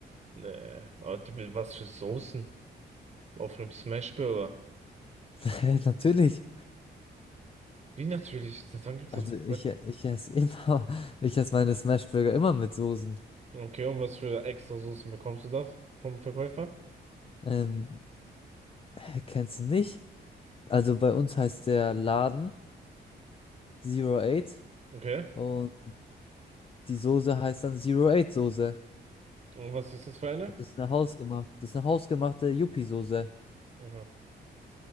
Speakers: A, on the right; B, on the left.
A: Nee, aber du- was für Soßen auf einem Smashburger?
B: <laughs> Natürlich.
A: Wie natürlich? Seit wann gibt's
B: Also
A: das?
B: ich, ich esse immer, <laughs> ich esse meine Smashburger immer mit Soßen.
A: Okay, und was für extra Soßen bekommst du da vom Verkäufer?
B: Ähm, Hä, kennst du nicht? Also bei uns heißt der Laden Zero Eight
A: Okay.
B: und die Soße heißt dann Zero Eight Soße.
A: Und was ist das für eine?
B: Also Das ist eine hausgemachte, das ist eine hausgemachte Yuppie-Soße.
A: Aha.